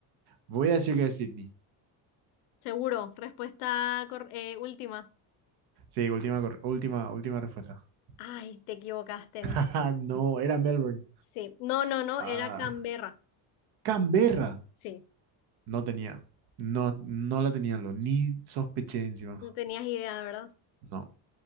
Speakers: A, on the right; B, on the left.
A: voy a decir que es Sydney.
B: Seguro, respuesta cor- eh, última.
A: Sí, última, cor- última, última respuesta. <laughs>
B: Ay, te equivocaste en
A: Ah,
B: esto.
A: no, era Melbourne.
B: Sí. No, no, no, era
A: Ah,
B: Canberra.
A: Canberra.
B: Sí.
A: No tenía. No, no la tenía, lo, ni sospeché encima.
B: No tenías idea, ¿verdad?
A: No.